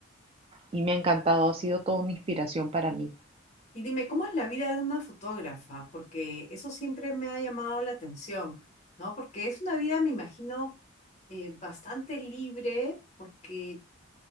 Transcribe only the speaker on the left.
Y dime, ¿cómo es la vida de una fotógrafa? Porque eso siempre me ha llamado la atención, ¿no? Porque es una vida, me imagino, eh, bastante libre, porque